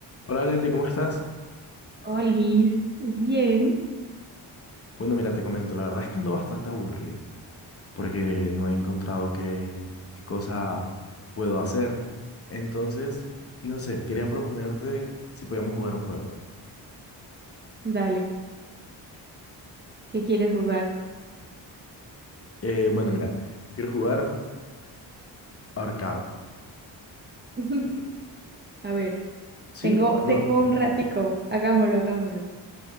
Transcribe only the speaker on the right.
Olis, bien,
dale, ¿qué quieres jugar?
<laughs> A ver,
Tengo,
tengo un ratico. Hagámoslo, hagámoslo.